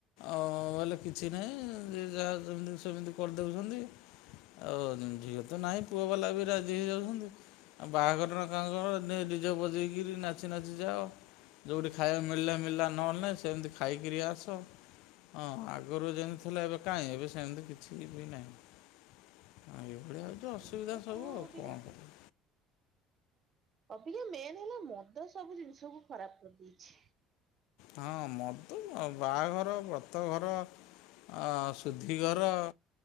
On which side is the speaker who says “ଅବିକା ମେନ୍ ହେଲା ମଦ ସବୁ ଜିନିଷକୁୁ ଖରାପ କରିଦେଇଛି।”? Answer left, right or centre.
Right